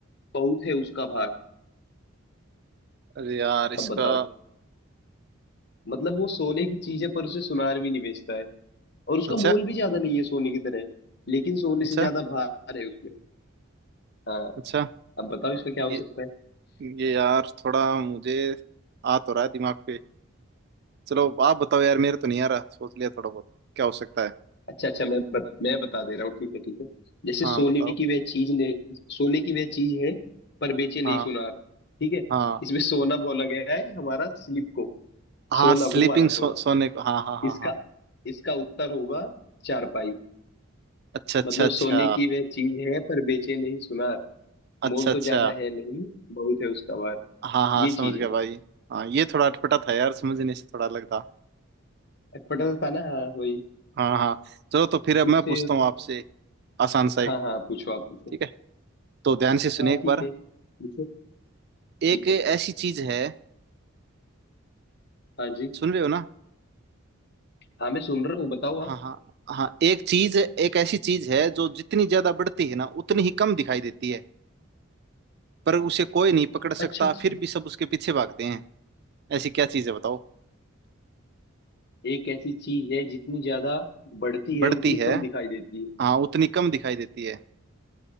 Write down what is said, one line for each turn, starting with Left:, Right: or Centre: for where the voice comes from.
Left: बहुत है उसका भार
Right: अरे यार इसका
Left: अब बताओ मतलब वो सोने की चीज है पर उसे सुनार भी नहीं बेचता है और उसका
Right: अच्छा
Left: मोल भी ज्यादा नहीं है सोने की तरह लेकिन सोने
Right: अच्छा
Left: से ज्यादा भार है उसमें हाँ
Right: अच्छा
Left: अब बताओ इसका क्या हो
Right: ये
Left: सकता है
Right: ये यार थोड़ा मुझे आ तो रहा है दिमाग पे चलो आप बताओ यार मेरा तो नहीं आ रहा सोच लिया थोड़ा बहुत क्या हो सकता है
Left: अच्छा अच्छा मैं बत, मैं बता दे रहा हूँ ठीक है ठीक है जैसे
Right: हाँ
Left: सोने
Right: बताओ
Left: की वह चीज ने सोने की वह चीज है पर बेचे नहीं
Right: हाँ
Left: सुनार ठीक है
Right: हाँ
Left: इसमें सोना बोला गया है हमारा स्लिप को
Right: हाँ
Left: सोना
Right: स्लीपिंग
Left: वो वाला सोना
Right: सो, सोने को हाँ हाँ हाँ
Left: इसका
Right: हाँ
Left: इसका उत्तर होगा चारपाई
Right: अच्छा अच्छा
Left: मतलब
Right: अच्छा
Left: सोने की वह चीज है पर बेचे नहीं सुनार मोल
Right: अच्छा
Left: तो
Right: अच्छा
Left: ज्यादा है नहीं बहुत है उसका भार
Right: हाँ हाँ
Left: ये
Right: समझ
Left: चीज
Right: गया
Left: है
Right: भाई
Left: बस
Right: हाँ ये थोड़ा अटपटा था यार समझने से थोड़ा अलग था
Left: अटपटा सा था ना हाँ वही
Right: हाँ हाँ चलो तो फिर अब
Left: कुछ
Right: मैं पूछता हूँ आपसे आसान सा एक
Left: हाँ हाँ पूछो आप पूछो
Right: ठीक है तो ध्यान से सुनिए
Left: हाँ
Right: एक
Left: ठीक
Right: बार
Left: है पूछो
Right: एक
Left: ठीक
Right: ऐसी
Left: है
Right: चीज है
Left: हाँ जी
Right: सुन रहे हो ना
Left: हाँ मैं सुन रहा हूँ बताओ
Right: हाँ
Left: आप
Right: हाँ हाँ एक चीज एक ऐसी चीज है जो जितनी ज्यादा बढ़ती है ना उतनी ही कम दिखाई देती है पर उसे कोई नहीं पकड़ सकता
Left: अच्छा अच्छा
Right: फिर भी सब उसके पीछे भागते हैं ऐसी क्या चीज है बताओ
Left: एक ऐसी चीज है जितनी ज्यादा बढ़ती है
Right: बढ़ती
Left: उतनी
Right: है
Left: कम दिखाई देती है
Right: हाँ उतनी कम दिखाई देती है